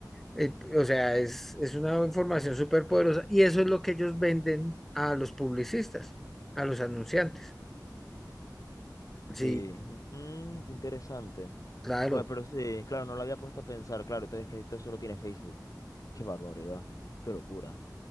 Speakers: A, in the centre; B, on the left.
A: Eh, o sea, es, es una información súper poderosa y eso es lo que ellos venden a los publicistas, a los anunciantes.
B: Sí,
A: Sí,
B: Mm, qué interesante.
A: claro,
B: Bueno, pero sí, claro, no lo había puesto a pensar, claro, entonces es que esto solo tiene Facebook. Qué barbaridad, qué locura.